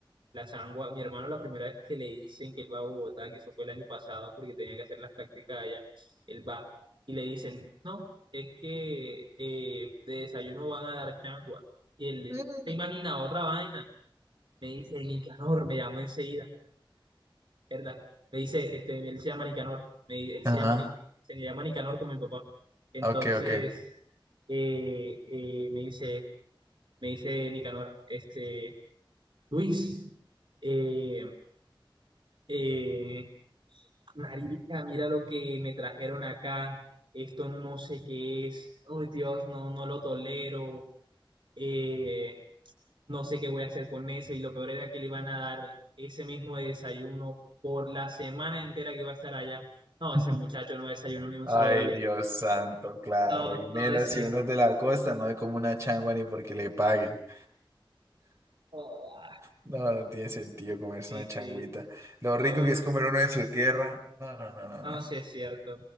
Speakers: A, on the right; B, on the right.
A: la changua, mi hermano la primera vez que le dicen que él va a Bogotá, que eso fue el año pasado porque tenía que hacer las prácticas allá, él va y le dicen, no, es que eh, de desayuno van a dar changua. Y él
B: Mm,
A: se imagina otra vaina. Me dice, Nicanor, me llamó enseguida, ¿verdad? Me dice, este, él se llama Nicanor, me, di- él se
B: Ajá,
A: llama, Nic- se llama Nicanor con mi papá. Entonces,
B: ok, ok.
A: eh, eh, me dice, me dice Nicanor, este, Luis, eh, eh, marica, mira lo que me trajeron acá, esto no sé qué es, oh Dios, no, no lo tolero, eh, no sé qué voy a hacer con eso, y lo peor era que le iban a dar ese mismo desayuno por la semana entera que iba a estar allá. No,
B: <laughs>
A: ese muchacho no desayunó ni un
B: Ay,
A: solo día,
B: Dios santo, claro.
A: no,
B: Y menos
A: no desayunó.
B: si uno es de la costa, no hay como una changua ni porque le paguen.
A: Joda.
B: No, no no tiene sentido comerse
A: Sí,
B: una
A: sí,
B: changuita. Lo
A: pero
B: rico
A: bueno.
B: que es comer uno en su tierra. No, no, no, no,
A: No,
B: no.
A: sí es cierto.